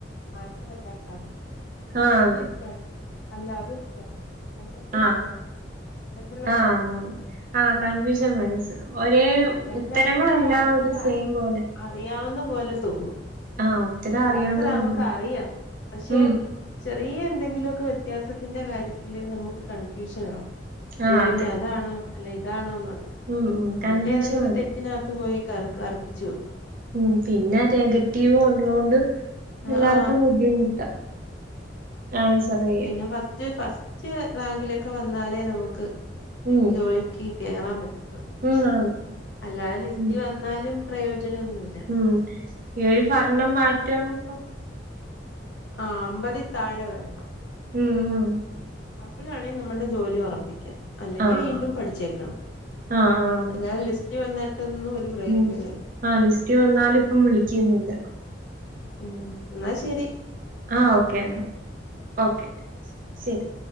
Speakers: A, on the left (about 75°); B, on the right (about 50°).
A: ആൻസറെല്ലാം കാണും
B: ആന്ന്.
A: <unintelligible>
B: ആഹ്.
A: <unintelligible>
B: ആഹ് ആന്നാന്ന്. ആഹ് കൺഫ്യൂഷൻ മനസ് ഒരേ
A: എല്ലാത്തിന്റെയും
B: ഉത്തരങ്ങളെല്ലാം
A: ആൻസർ
B: ഒരു സെയിം പോലെ
A: അറിയാവുന്ന പോലെ തോന്നും
B: ആഹ് ഉത്തരം അറിയാവുന്ന
A: ആൻസർ നമക്ക്
B: പോലെ.
A: അറിയാം പക്ഷെ
B: ഉം.
A: ചെറിയ എന്തെങ്കിലുമൊക്കെ വ്യത്യാസത്തിന്റെ കാര്യത്തില് നമുക്ക് കൺഫ്യൂഷൻ ആകും അയ്യോ
B: ആഹ്
A: ഇനി അതാണോ അല്ല ഇതാണോ എന്നുള്ളത്
B: ഉം ഉം
A: എന്നിട്ട്
B: കൺഫ്യൂഷൻ
A: ഏതെങ്കിലും
B: വരും
A: തെ റ്റിനകത്ത് പോയി ക കറപ്പിച്ച് വെക്കും
B: ഉം പിന്നെ നെഗറ്റീവ് ഉള്ളൊണ്ട്
A: ആ
B: എല്ലാർക്കും
A: ആ
B: ബുദ്ധിമുട്ടാ ആൻസറെ
A: ഞാ ഫസ്റ്റ് ഫസ്റ്റ് റാങ്കിലൊക്കെ വന്നാലേ നമുക്ക്
B: ഉം
A: ജോലിക്ക് കേറാൻ പറ്റു
B: ഉം ആണ്
A: അല്ലാ ലിസ്റ്റ്
B: ഉം
A: വന്നാലും പ്രയോജനൊന്നുല്ല
B: ഉം ഈ ഒരു ഭരണം മാറ്റാവു <unintelligible>
A: ആഹ് അമ്പതി താഴെ വരണം
B: ഉം ഉം
A: അപ്പോഴാണെ നമ്മുടെ ജോലി ഉറപ്പിക്കാ അല്ലെങ്കിൽ
B: ആഹ്
A: വീണ്ടും പഠിച്ചേക്കണം
B: ആഹ് ആന്ന്
A: അല്ലാതെ ലിസ്റ്റ് വന്നിട്ടൊന്നും ഒരു പ്രയോജനമില്ല
B: ഉം ആ ലിസ്റ്റി വന്നാലും ഇപ്പം വിളിക്കുന്നില്ല
A: മ് ഇന്നാ ശരി
B: ആഹ് ഓക്കെ നാ ഓക്കെ ശരി